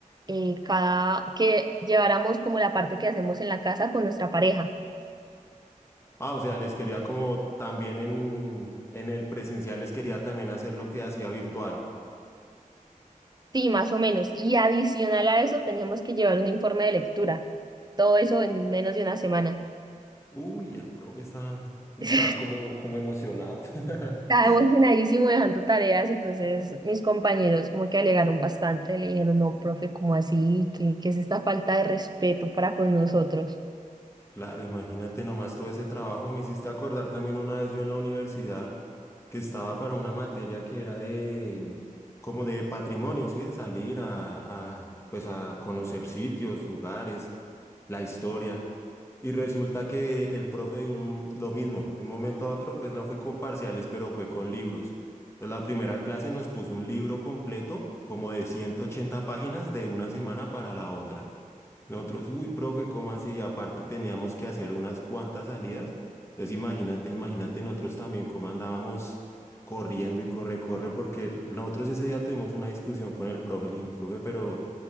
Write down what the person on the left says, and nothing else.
Ah, o sea, les quería como también en, en el presencial les quería también hacer lo que hacía virtual.
Uy, el profe está, estaba
como, como emocionado. <laughs>
Claro, imagínate nomás todo ese trabajo. Me hiciste acordar también una vez yo en la universidad que estaba para una materia que era de como de patrimonio, sí, de salir a, a pues a conocer sitios, lugares, la historia. Y resulta que el profe de un- lo mismo, de un momento a otro, pues no fue con parciales, pero fue con libros. Entonces, la primera clase nos puso un libro completo, como de 180 páginas, de una semana para la otra. Nosotros, uy, profe, ¿cómo así? Y aparte teníamos que hacer unas cuantas salidas. Entonces imagínate, imagínate nosotros también cómo andábamos corriendo y corre, corre, porque el- nosotros ese día tuvimos una discusión con el profe, le dijimos, profe, pero